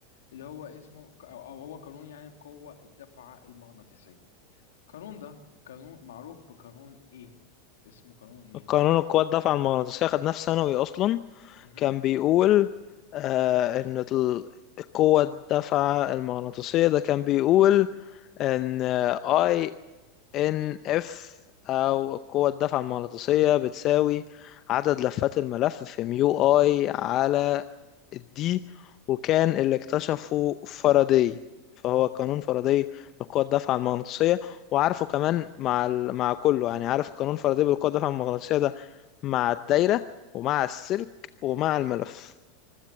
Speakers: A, on the left; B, on the left.
A: اللي هو اسمه ك- او أو هو قانون يعني قوة الدفعة المغناطيسية القانون ده قانون معروف بقانون ايه اسمه قانون مين
B: قانون القوة الدافعة المغناطيسية خد نفس ثانوي أصلا
A: مهم.
B: كان بيقول آه إن ال- القوة الدافعة المغناطيسية ده كان بيقول إن أي إن إف أو القوة الدافعة المغناطيسية بتساوي عدد لفات الملف في ميو أي على الدي وكان اللي اكتشفه فاراداي فهو قانون فاراداي لقوة الدفعة المغناطيسية وعارفه كمان مع ال... مع كله يعني عارف قانون فاراداي بالقوة الدفعة المغناطيسية ده مع الدايرة ومع السلك ومع الملف